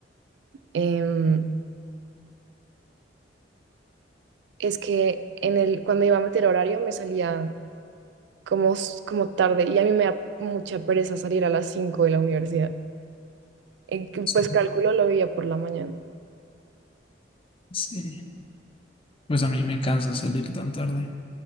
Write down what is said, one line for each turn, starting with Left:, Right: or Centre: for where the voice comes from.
Right: em, es que en el, cuando iba a meter horario me salía como, s- como tarde y a mí me da mucha pereza salir a las 5 de la universidad. En que, Pues
Left: Sí.
Right: cálculo lo veía por la mañana.
Left: Sí. Pues a mí me cansa salir tan tarde.